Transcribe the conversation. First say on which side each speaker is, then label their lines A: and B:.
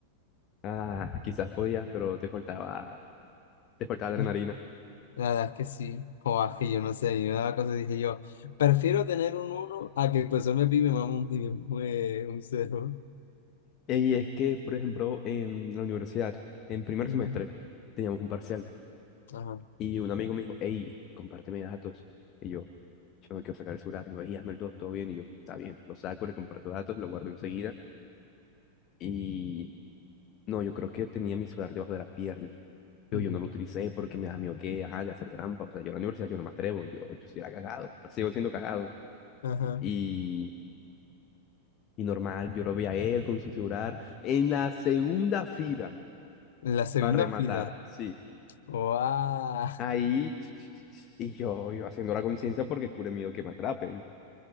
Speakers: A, on the left; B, on the left.
A: Ah, quizás podías, pero te faltaba les faltaba adrenalina.
B: Eh, La verdad es que sí. O ah, es que yo no sé, yo me daba cosas y dije yo, prefiero tener un uno a que el profesor me pide y me mame un, y me- eh, un 0.
A: Y es que, por ejemplo, en la universidad, en primer
B: Ujú,
A: semestre, teníamos un parcial
B: Ajá.
A: y un amigo me dijo, hey, compárteme datos. Y yo, yo no quiero sacar el celular. Y me dijo, "Ey, hazme el dos, todo bien. Y yo, está bien, lo saco, le comparto datos, lo guardo enseguida. Y no, yo creo que tenía mi celular debajo de la pierna. Yo,
B: ujú,
A: yo no lo utilicé porque me da miedo que, ajá, de hacer trampa. O sea, yo en la universidad yo no me atrevo, yo, yo sí era cagado, sigo siendo cagado.
B: Ajá.
A: Y, y normal, yo lo veía a él con su celular en la segunda fila.
B: En la segunda
A: Para rematar,
B: fila.
A: sí.
B: ¡Wow!
A: Ahí, ch, ch, ch, ch, y yo, yo haciendo la conciencia porque cure miedo que me atrapen.